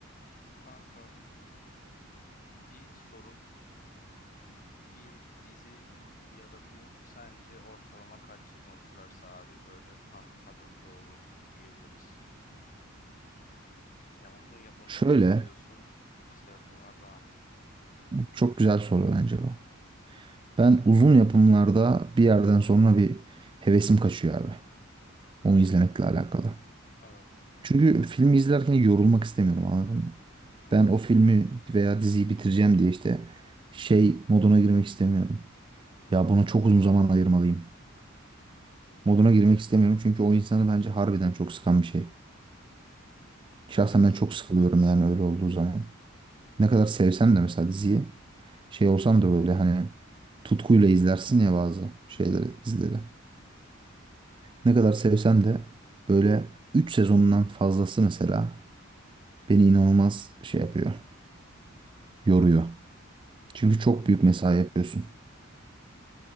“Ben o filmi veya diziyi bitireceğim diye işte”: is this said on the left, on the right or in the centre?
Right